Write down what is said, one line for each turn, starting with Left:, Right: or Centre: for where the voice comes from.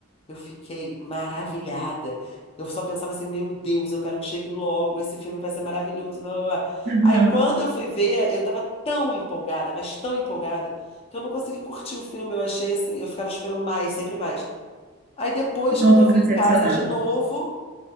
Left: Eu fiquei maravilhada. Eu só pensava assim, meu Deus, eu quero que chegue logo, esse filme vai ser maravilhoso. Blá, blá, blá.
Right: <laughs>
Left: Aí
Right: aham.
Left: quando eu fui ver, eu tava tão empolgada, mas tão empolgada, que eu não consegui curtir o filme. Eu achei assim, eu ficava esperando mais, sempre mais. Aí depois,
Right: Ficou
Left: quando
Right: um pouco
Left: eu vim
Right: decepcionada.
Left: em casa de novo,